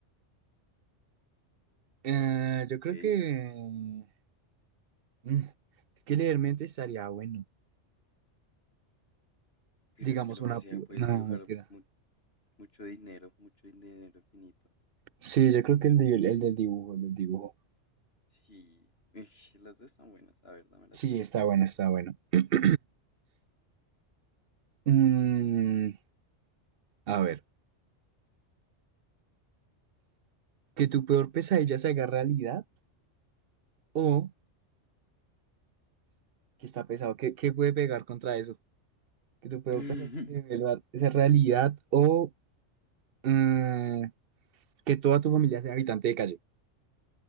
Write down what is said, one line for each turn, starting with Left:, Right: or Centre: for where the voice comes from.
Right: eh, yo creo
Left: Ey,
Right: que... mm, es que leer mente estaría bueno.
Left: Pero
Right: Digamos
Left: es que lo
Right: una...
Left: que sea,
Right: pu-
Left: puedes
Right: No,
Left: dibujar
Right: mentira.
Left: mu- mucho dinero, mucho dinero infinito.
Right: Sí, yo creo que el, de el del dibujo, el del dibujo.
Left: Sí, <laughs> las dos están buenas. A ver, dame la
Right: Sí,
Left: tuya.
Right: está bueno, está bueno. <clears throat> Mm, a ver, que tu peor pesadilla se haga realidad o que está pesado, ¿qué, qué puede pegar contra eso? Que tu peor
Left: <laughs>
Right: pesadilla se vuelva esa realidad o mm, que toda tu familia sea habitante de calle.